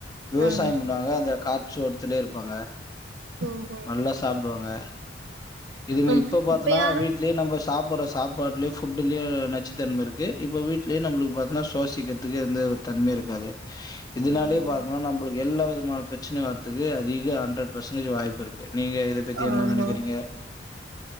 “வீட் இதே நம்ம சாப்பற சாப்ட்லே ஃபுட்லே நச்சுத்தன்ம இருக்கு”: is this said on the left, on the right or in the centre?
Left